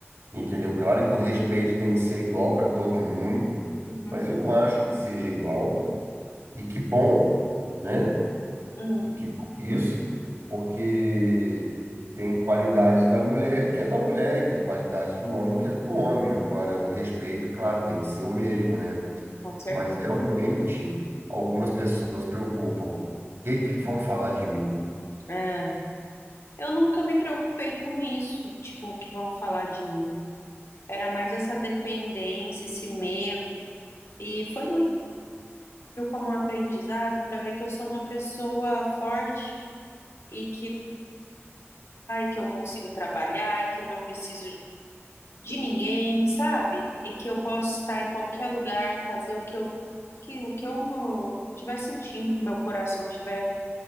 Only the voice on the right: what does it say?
Entendeu? Claro que o respeito tem que ser igual para todo mundo,
mas eu não acho que seja igual. E que bom, né?
que isso, porque tem qualidades da mulher que é da mulher e tem qualidades do homem que é do homem. Agora, o respeito, claro, tem que ser o mesmo, né?
Mas realmente algumas pessoas preocupam. O que que vão falar de mim?